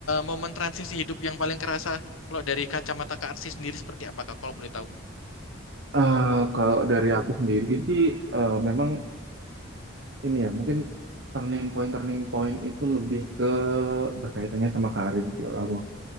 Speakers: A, on the left; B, on the right.
A: momen transisi hidup yang paling kerasa? Kalau dari kacamata Kak Arsi sendiri seperti apa, Kak? Kalau boleh tahu.
B: Eh, kalau dari aku sendiri sih eh, memang ini ya mungkin turning point turning point itu lebih ke berkaitannya sama karir sih kalau aku